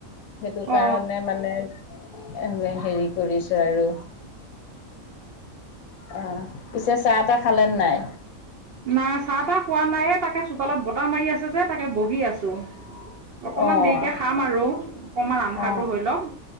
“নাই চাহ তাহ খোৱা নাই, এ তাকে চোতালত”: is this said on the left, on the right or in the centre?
Right